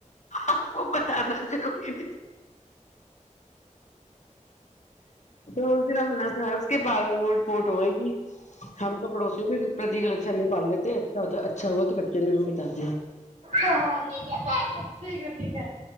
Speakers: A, on the left; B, on the right.
A: آپ کو پت نہ چل <unintelligible> توھر اس دن ہم ہس ہنس کے پاگل نوٹتی پپورٹ ہوئے گی ہم تو پڑوسیوں بھی پرتیغلط امی پال لیتے اچھا اچھا ہوا کہ بچے نے ہمیں بتا دیا
B: ہاں ہاں ٹھیک ہے ٹھیک ہے